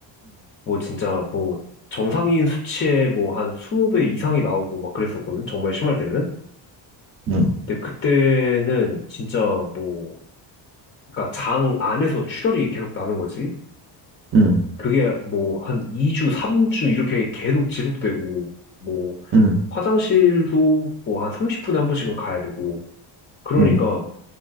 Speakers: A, on the left; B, on the right.
A: 뭐 진짜 뭐 정상인 수치에 뭐 한 20배 이상이 나오고 막 그랬었거든. 정말 심할 때는.
B: 음,
A: 근데 그때는 진짜 뭐 그러니까 장 안에서 출혈이 계속 나는 거지.
B: 음,
A: 그게 뭐 한 2주, 3주 이렇게 계속 지속되고 뭐
B: 음,
A: 화장실도 뭐 한 30분에 한 번씩은 가야 되고. 그러니까
B: 음,